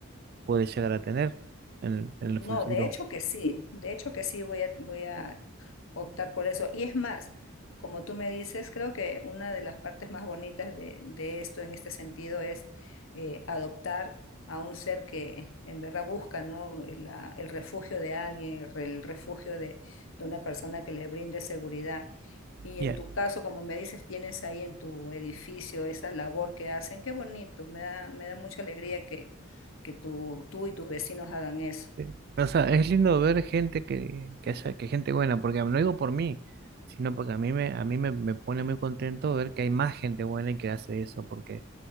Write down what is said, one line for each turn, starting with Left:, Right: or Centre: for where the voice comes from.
Right: puede llegar a tener en, en el
Left: No,
Right: futuro.
Left: de hecho que sí, de hecho que sí voy a, voy a optar por eso. Y es más, como tú me dices, creo que una de las partes más bonitas de, de esto en este sentido es eh, adoptar a un ser que en verdad busca, ¿no? la- el refugio de alguien, el, re- el refugio de, de una persona que le brinde seguridad. Y
Right: Ya,
Left: en tu caso, como me dices, tienes ahí en tu edificio esa labor que hacen. Qué bonito, me da, me da mucha alegría que, que tú, tú y tus vecinos hagan eso.
Right: eh, O sea, es lindo ver gente que, que haya, que gente buena, porque no digo por mí, sino porque a mí me, a mí me, me pone muy contento ver que hay más gente buena y que hace eso, porque